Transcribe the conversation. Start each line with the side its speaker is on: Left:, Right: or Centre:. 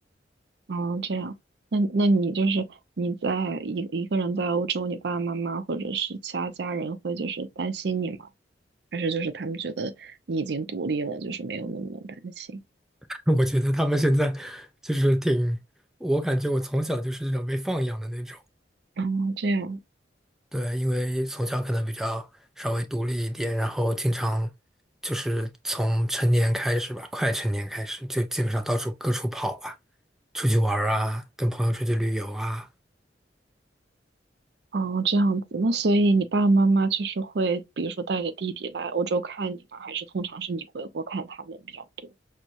Right: 啊，这样，那那你就是你在一一个人在欧洲，你爸爸妈妈或者是其他家人会就是担心你吗？还是就是他们觉得你已经独立了，就是没有那么的担心？
Centre: <laughs> 我觉得他们现在就是挺，我感觉我从小就是这种被放养的那种。
Right: 哦，这样。
Centre: 对，因为从小可能比较稍微独立一点，然后经常就是从成年开始吧，快成年开始就基本上到处各处跑吧，出去玩儿啊，跟朋友出去旅游啊。
Right: 哦，这样子，那所以你爸爸妈妈就是会，比如说带着弟弟来欧洲看你吗？还是通常是你回国看他们比较多？